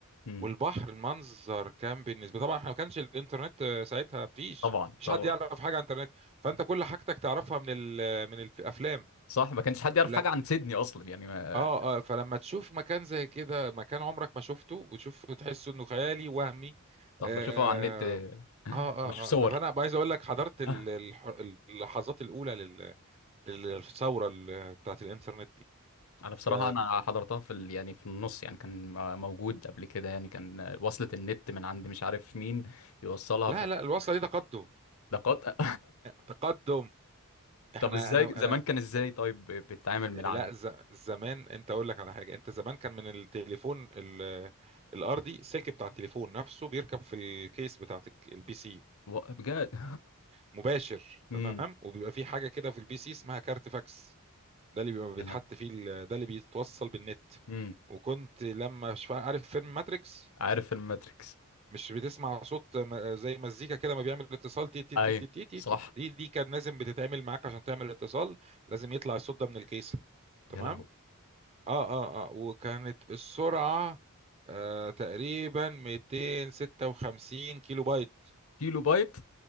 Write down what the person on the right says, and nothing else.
والبحر المنظر كان بالنسبه طبعا احنا ما كانش الانترنت آه، ساعتها مفيش
مفيش
حد يعرف حاجه عن الانترنت فانت كل حاجتك تعرفها من ال من الافلام
لا
اه اه فلما تشوف مكان زي كده مكان عمرك ما شفته وتشوف تحس انه خيالي وهمي
اه
اه
اه فانا عايز اقول لك حضرت ال-
الح- اللحظات الاولى لل- للثوره ال- بتاعت الانترنت دي
ف
لا
لا الوصله دي تقدم
تقدم احنا
انا
انا
لا ز... زمان انت اقول لك على حاجه انت زمان كان من التليفون ال... الارضي السلك بتاع التليفون نفسه بيركب في الكيس بتاعت الك- البي سي
مباشر تمام
وبيبقى في حاجه كده في البي سي اسمها كارت فاكس ده اللي بيبقى بيتحط
فيه ال... ده اللي بيتوصل بالنت
وكنت لما شف... عارف فيلم ماتريكس
مش بتسمع صوت م- زي مزيكا كده ما بيعمل اتصال تي تي
تي تي تي تي
تي تي- دي دي كان لازم بتتعمل معاك عشان تعمل اتصال لازم يطلع الصوت ده من الكيسه تمام
اه اه اه وكانت السرعة آه تقريبا 256 كيلو بايت